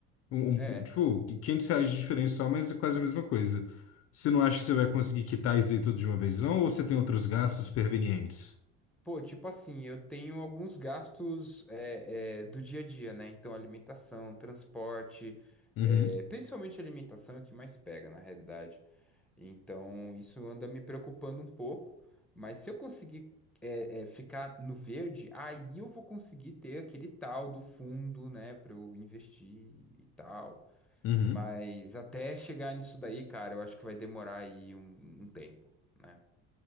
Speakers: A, on the left (about 50°); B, in the centre.
A: Um,
B: É.
A: um- um-
B: é.
A: tipo, 500 reais de diferença só, mas é quase a mesma coisa. Você não acha que você vai conseguir quitar isso aí tudo de uma vez, não? Ou você tem outros gastos pervenientes?
B: Pô, tipo assim, eu tenho alguns gastos é, é, do dia a dia, né? Então, alimentação, transporte,
A: Uhum,
B: é, principalmente alimentação é o que mais pega, na realidade. Então, isso anda me preocupando um pouco, mas se eu conseguir é, é, ficar no verde, aí eu vou conseguir ter aquele tal do fundo, né, para eu investir e tal.
A: uhum.
B: Mas até chegar nisso daí, cara, eu acho que vai demorar aí um, um tempo, né?